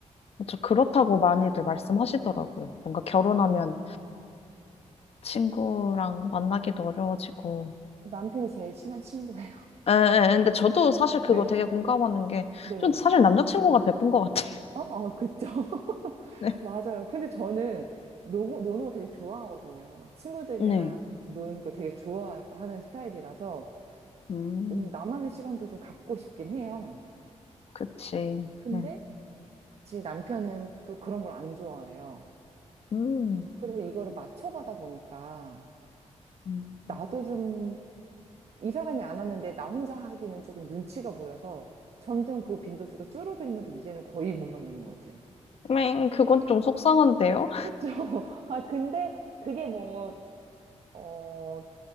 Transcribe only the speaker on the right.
네.
남편이 제일 친한 친구예요.
<laughs> 네.
네.
어, 어, 그쵸. <laughs>
맞아요. 근데 저는 노, 노는 거 되게 좋아하거든요. 친구들이랑
노는 거 되게 좋아하는 스타일이라서
음, 나만의 시간도 좀 갖고 싶긴 해요.
근데
제 남편은 또 그런 걸 안 좋아해요.
그래서 이거를 맞춰가다 보니까
나도 좀 이 사람이 안 하는데 나 혼자 하기는 조금 눈치가 보여서 점점 그 빈도수가 줄어들면서 이제는 거의 못 만나는 것 같아요.
그쵸? <laughs> 아, 근데 그게 뭐, 어,